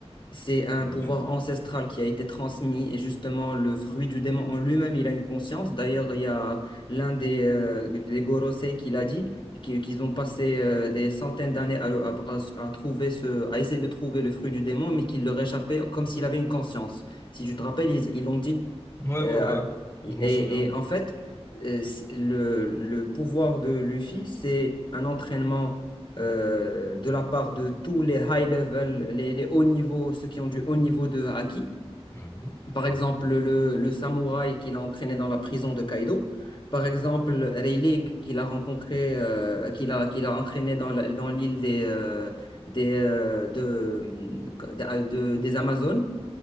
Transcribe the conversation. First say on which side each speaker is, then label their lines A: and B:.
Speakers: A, on the left; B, on the left.
A: C'est un
B: ouais,
A: pouvoir ancestral qui a été transmis et justement le fruit du démon en lui-même, il a une conscience. D'ailleurs, il y a l'un des, euh, des Gorosei qui l'a dit, qui- qu'ils ont passé euh, des centaines d'années à, le- à- à- à trouver ce, à essayer de trouver le fruit du démon, mais qu'il leur échappait comme s'il avait une conscience. Si tu te rappelles, ils ils l'ont dit.
B: ouais, ouais,
A: Euh,
B: ouais,
A: et,
B: je m'en souviens.
A: et en fait, euh, si- le, le pouvoir de Luffy, c'est un entraînement euh, de la part de tous les high level, les, les hauts niveaux, ceux qui ont du haut niveau de haki.
B: Mhm.
A: Par exemple, le, le samouraï qu'il a entraîné dans la prison de Kaido. Par exemple, Rayleigh qu'il a rencontré, euh, qu'il a, qu'il a entraîné dans la- dans l'île des, euh, des, euh, de, de- de- des Amazones.